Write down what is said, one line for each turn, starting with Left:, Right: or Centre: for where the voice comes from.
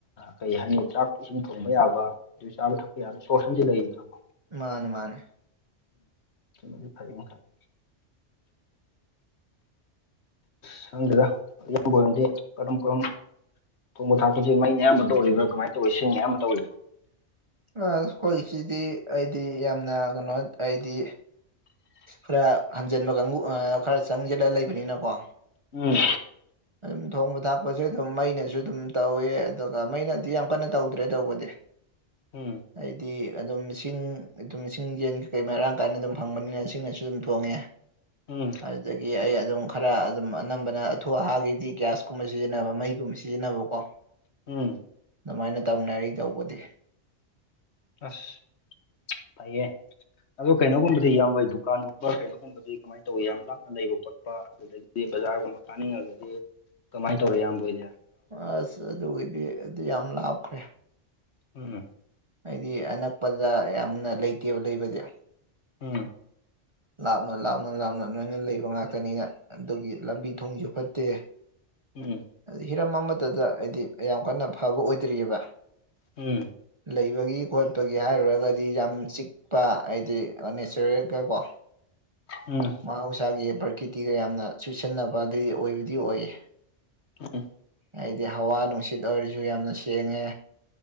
Left: ꯀꯩ ꯍꯥꯏꯅꯤ ꯆꯥꯛ ꯏꯁꯤꯡ ꯊꯣꯡꯕ ꯌꯥꯕ ꯑꯗꯨ ꯆꯥꯕ ꯊꯛꯄ ꯌꯥꯕ ꯁꯣꯔꯁ ꯑꯃꯁ ꯂꯩꯗꯅꯀꯣ
Right: ꯃꯥꯅꯦ ꯃꯥꯅꯦ
Left: ꯎꯝ ꯐꯥꯏ ꯈ <inaudible> ꯁꯪꯗꯦꯗ ꯑꯌꯥꯝꯕꯝꯗꯤ ꯀꯔꯝ ꯀꯔꯝ ꯊꯣꯡꯕ ꯊꯥꯛꯄꯁꯤ ꯃꯩꯅ ꯑꯌꯥꯝꯕ ꯇꯧꯔꯤꯕ꯭ꯔꯥ ꯀꯃꯥꯏꯅ ꯇꯧꯋꯤ ꯁꯤꯡ ꯑꯌꯥꯝꯕ ꯇꯧꯔꯤꯕꯥ
Right: ꯑꯩꯈꯣꯏꯁꯤꯗꯤ ꯑꯩꯗꯤ ꯌꯥꯝꯅ ꯀꯩꯅꯣ ꯑꯩꯗꯤ ꯈꯔ ꯍꯟꯖꯤꯟꯕ ꯀꯥꯡꯕꯨ ꯈꯔ ꯆꯪꯒꯦꯂ ꯂꯩꯕꯅꯤꯅꯀꯣ
Left: ꯎꯝ
Right: ꯑꯗꯨꯝ ꯊꯣꯡꯕ ꯊꯥꯛꯄꯁꯦ ꯑꯗꯨꯝ ꯃꯩꯅꯁꯨ ꯑꯗꯨꯝ ꯇꯧꯋꯦ ꯑꯗꯨꯒ ꯃꯩꯅꯗꯤ ꯌꯥꯝ ꯀꯟꯅ ꯇꯧꯗ꯭ꯔꯦ ꯇꯧꯕꯗꯤ <inaudible>
Left: ꯎꯝ
Right: ꯍꯥꯏꯗꯤ ꯑꯗꯨꯝ ꯁꯤꯡ ꯑꯗꯨꯝ ꯁꯤꯡ ꯌꯦꯟ ꯀꯩ-ꯀꯩ ꯃꯔꯥꯡ ꯀꯥꯏꯅ ꯑꯗꯨꯝ ꯐꯪꯕꯅꯤꯅ ꯁꯤꯡꯅꯁꯨ ꯑꯗꯨꯝ ꯊꯣꯡꯉꯦ <inaudible>
Left: ꯎꯝ
Right: ꯑꯗꯨꯗꯒꯤ ꯑꯩ ꯑꯗꯨꯝ ꯈꯔ ꯑꯗꯨꯝ ꯑꯅꯝꯕꯅ ꯑꯊꯨ ꯑꯍꯥ ꯑꯩꯗꯤ ꯒ꯭ꯌꯥꯁ ꯀꯨꯝꯕ ꯁꯤꯖꯤꯟꯅꯕ ꯃꯩꯒꯨꯝꯕ ꯁꯤꯖꯤꯟꯅꯕꯀꯣ
Left: ꯎꯝ
Right: ꯑꯗꯨꯃꯥꯏꯅ ꯇꯧꯅꯔꯤ ꯇꯧꯕꯗꯤ
Left: ꯑꯁ ꯐꯩꯌꯦ ꯑꯗꯣ ꯀꯩꯅꯣꯒꯨꯝꯕꯗꯤ ꯏꯌꯥꯝꯕ ꯗꯨꯀꯥꯟꯒꯨꯝꯕ ꯀꯩꯅꯣꯒꯨꯝꯕꯗꯤ ꯀꯃꯥꯏꯅ ꯇꯧꯋꯤ ꯌꯥꯝ ꯂꯥꯞꯅ ꯂꯩꯕ ꯈꯣꯠꯄ ꯑꯗꯨꯗꯤ ꯕꯖꯥꯔꯒꯨꯝꯕ ꯀꯥꯅꯤꯡꯉꯒꯗꯤ ꯀꯃꯥꯏꯅ ꯇꯧꯔꯦ ꯏꯌꯥꯝꯍ‌ꯣꯏꯗꯤ
Right: ꯑꯁ ꯑꯗꯨꯒꯤꯗꯤ ꯑꯗꯨ ꯌꯥꯝ ꯂꯥꯞꯈ꯭ꯔꯦ
Left: ꯎꯝ
Right: ꯍꯥꯏꯗꯤ ꯑꯅꯛꯄꯗ ꯌꯥꯝꯅ ꯂꯩꯇꯦꯕ ꯂꯩꯕꯗꯤ
Left: ꯎꯝ
Right: ꯂꯥꯞꯅ ꯂꯥꯞꯅ ꯂꯥꯞꯅ ꯂꯣꯏꯅ ꯂꯩꯕ ꯉꯥꯛꯇꯅꯤꯅ ꯑꯗꯨꯒꯤ ꯂꯝꯕꯤ ꯊꯣꯡꯁꯨ ꯐꯠꯇꯦ
Left: ꯎꯝ
Right: ꯍꯤꯔꯝ ꯑꯃꯠꯇꯗ ꯍꯥꯏꯗꯤ ꯌꯥꯝ ꯀꯟꯅ ꯐꯕ ꯑꯣꯏꯗ꯭ꯔꯤꯕ
Left: ꯎꯝ
Right: ꯂꯩꯕꯒꯤ ꯈꯣꯠꯄꯒꯤ ꯍꯥꯏꯔꯨꯔꯒꯗꯤ ꯌꯥꯝ ꯆꯤꯛꯄ ꯍꯥꯏꯗꯤ ꯅꯦꯆꯔꯦꯜꯒ ꯀꯣ
Left: ꯎꯝ
Right: ꯃꯍꯧꯁꯥꯒꯤ ꯄ꯭ꯔꯀꯤꯇꯤꯒ ꯌꯥꯝꯅ ꯆꯨꯁꯟꯅꯕ ꯑꯗꯨ ꯑꯣꯏꯕꯗꯤ ꯑꯣꯏꯌꯦ
Left: ꯎꯝ
Right: ꯍꯥꯏꯗꯤ ꯍꯋꯥ ꯅꯨꯡꯁꯤꯠ ꯑꯣꯏꯔꯁꯨ ꯌꯥꯝꯅ ꯁꯦꯡꯉꯦ